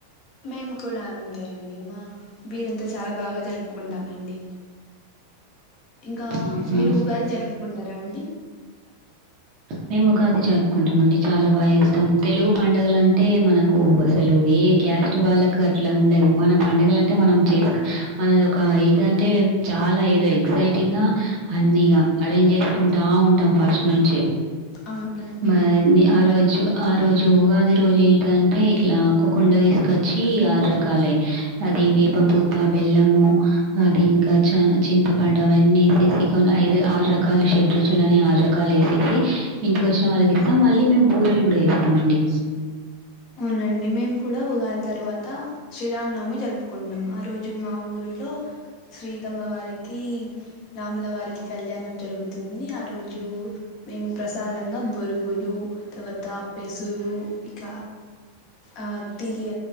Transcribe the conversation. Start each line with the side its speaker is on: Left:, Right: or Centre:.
Left: మేము కూడా అంతే అండి మా బీదంతా చాలా బాగా జరుపుకుంటామండి
Right: <unintelligible>
Left: ఇంకా
Right: ఆహా!
Left: మీరు ఉగాది జరుపుకుంటారా అండి
Right: మేం ఉగాది జరుపుకుంటామండి చాలా బాగా చేస్తాం. తెలుగు పండగలంటే మనకు అసలు ఎ ఏ క్యాస్ట్ వాళ్ళక్ అట్లా ఉండది. మన పండగలంటే మనం చేస్క్ మనద్ ఒక ఏంటిదంటే చాలా ఏదో ఎగ్జైటింగా అన్నిగ అరేంజ్ చేస్కుంటా ఉంటాం ఫస్ట్ నుంచే
Left: అవునండి.
Right: మరి ఆ రోజు ఆ రోజు ఉగాది రోజు ఏంటిదంటే ఇట్లా కొకుండ తీస్కచ్చి ఆరు రకాల లై అది వేప పూత, బెల్లము అది ఇంకా చ చింతపండు అవన్నేసి యేసి కొన్ ఐదు ఆరు రకాల షెడ్రుచులు అని ఆరు రకాల్ ఏసేసి ఇంటికొచ్చిన వాళ్ళకిస్తాం. మళ్ళీ మేం బూరెల్ గూడా జేస్తాం అండి.
Left: అవునండి మేం కూడా ఉగాది తర్వాత శ్రీరామనవమి జరుపు కుంటాం. ఆ రోజు మా ఊరిలో శ్రీతమ్మ వారికీ రాముల వారికి కల్ ళ్యాణం జరుగుతుంది ఆ రోజూ మేము ప్రసాదంగా బొరుగులు తర్వాత పెసులు ఇక ఆ తియ్య